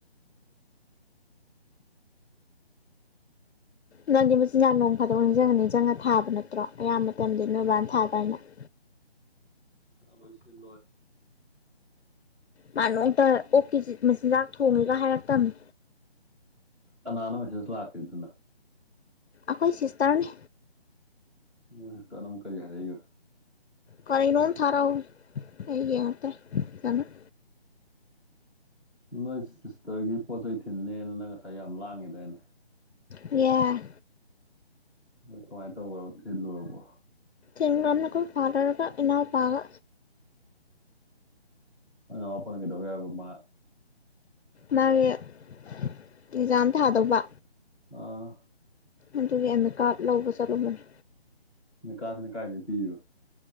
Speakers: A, on the left; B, in the centre.
A: ꯅꯪꯗꯤ ꯃꯆꯤꯟꯖꯥꯛ ꯅꯣꯡ ꯐꯥꯗꯣꯛ ꯅꯤꯡꯁꯤꯡꯉ ꯅꯤꯡꯁꯤꯡꯉ ꯊꯥꯕ ꯅꯠꯇ꯭ꯔꯣ ꯑꯌꯥꯝꯕ ꯃꯇꯝꯗ ꯅꯣꯏꯕꯥꯅ ꯊꯥ ꯗꯥꯏꯅꯦ <inaudible>
B: ꯅꯪ ꯂꯣꯏꯁꯤꯟꯂꯣꯍꯦ
A: ꯃꯥꯅꯣꯡꯃꯇ ꯑꯣꯛ ꯆꯤꯟ ꯃꯆꯤꯟꯖꯥꯛ ꯊꯣꯡꯉꯦꯒ ꯍꯥꯏꯔꯛꯇꯕꯅꯤ
B: ꯑꯅꯥꯅꯣ ꯃꯁꯦꯁ ꯂꯥꯀꯈꯤꯗꯨꯅ
A: ꯑꯩꯈꯣꯏ ꯁꯤꯁꯇꯔꯅꯤ
B: ꯅꯣꯏ ꯁꯤꯁ ꯇꯔꯅ ꯑꯃꯨꯛ ꯀꯔꯤ ꯍꯥꯏ ꯔꯛꯏꯕ
A: ꯀꯩꯅꯣꯝ ꯊꯥꯔꯛꯍꯧꯕꯅꯦ ꯑꯩ ꯌꯦꯡꯉꯛꯇ꯭ꯔꯦ ꯐꯖꯅꯥ
B: ꯅꯣꯏ ꯁꯤꯁꯇꯔꯒꯤ ꯄꯣꯠ ꯆꯩꯩ ꯊꯤꯜꯅꯤꯅ ꯅꯪ ꯉꯁꯥꯏ ꯌꯥꯝ ꯂꯥꯡꯉꯦꯗꯥꯏꯅꯦ
A: ꯌꯥ
B: ꯀꯃꯥꯏꯅ ꯇꯧꯕ꯭ꯔꯣ ꯊꯤꯜꯂꯨꯔꯕꯣ
A: ꯊꯤꯟꯈ꯭ꯔꯕꯅꯦ ꯑꯩꯈꯣꯏ ꯐꯥꯗꯔꯒ ꯏꯩꯅꯎꯄꯥꯒ
B: ꯅꯪ ꯅꯅꯥꯎꯄꯥꯅꯥ ꯀꯩꯗꯧꯋꯦ ꯍꯥꯏꯕ ꯃꯥ
A: ꯃꯥꯒꯤ ꯑꯦꯛꯖꯥꯝ ꯊꯥꯗꯧꯕ
B: ꯑꯥ
A: ꯑꯗꯨꯒꯤ ꯑꯦꯝ ꯃꯤ ꯀꯥꯔꯠ ꯂꯧꯕ ꯆꯠꯂꯝꯨꯕꯅꯤ
B: ꯑꯦꯃꯤꯀꯥꯁꯤꯅꯥ ꯀꯥꯏꯗꯩ ꯄꯤꯔꯤꯕ